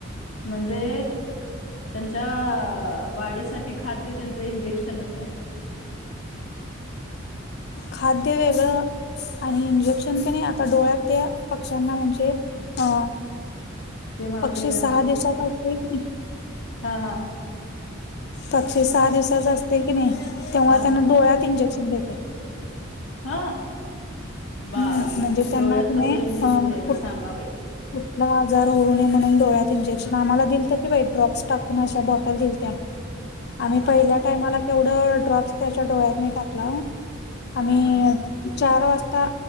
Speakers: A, on the left; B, on the left.
A: म्हणजे त्यांच्या वाढीसाठी खाद्य त्यांच इंजेक्शनच आहे.
B: खाद्य वेगळं आणि इंजेक्शन क नाही आता डोळ्यात त्या पक्ष्यांना म्हणजे अ
A: ते मला
B: पक्षी
A: देव आहे
B: सहा दिवसाचा होतोय की नाही
A: हा हा
B: पक्षी सहा दिवसाच असतय की नाही, तेव्हा
A: हां,
B: त्यांना
A: हां,
B: डोळ्यात इंजेक्शन देतात.
A: हा बाई
B: हम्म म्हणजे त्यांना
A: डोळ्यात
B: क
A: कसं
B: नाही
A: इंजेक्शन
B: अ
A: द्यायच
B: कुठ
A: सांगा बाई.
B: कुठला आजार होऊ ने म्हणून डोळ्यात इंजेक्शन. आम्हाला दिलंत कि बाई ड्रॉप्स टाकून अशा बॉटल दिलत्या.
A: हां,
B: आम्ही
A: हां,
B: पहिल्या टाइमाला तेवढं ड्रॉप्स त्याच्या डोळ्यात नही टाकला हो. आम्ही
A: हां, हां,
B: चार वाजता